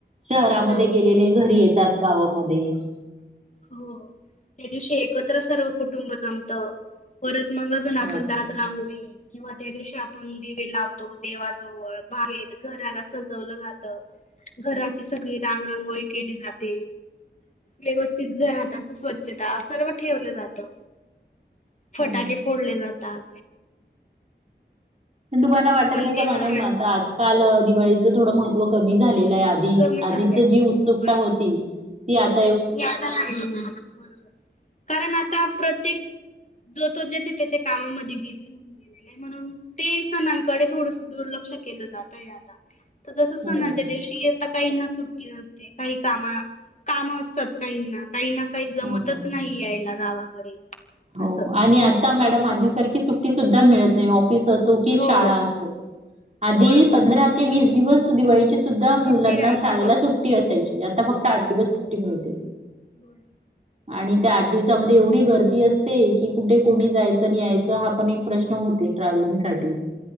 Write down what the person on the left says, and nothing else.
हो.
हो त्या दिवशी एकत्र सर्व कुटुंब जमत परत मग अजून आपण
दारात रांगोळी किंवा त्या दिवशी आपण दिवे लावतो देवाजवळ बाहेर घराला सजवलं जात घराची सगळी रांग रंगोळी केली जाते व्यवस्थित घरात आस स्वच्छता सर्व ठेवलं जात.
फटाके फोडले जातात.
आपण
जे
फरळ
कमी
झालंय हो
बरोबर
<unintelligible> बरोबर कारण आता प्रत्येक जो तो ज्याच्या त्याच्या कामामध्ये बिझी होऊन गेलं म्हणून ते सणांकडे थोडस दुर्लक्ष केलं जातय आता जसं सणाच्या
दिवशी येता काहींना सुट्टी असते काही कामा काम अस तात काही ना काही ना काही जमतच
नाही यायला गावाकडे
असं
हो
बरोबर
सुट्टी
राहील
ब
हो
बर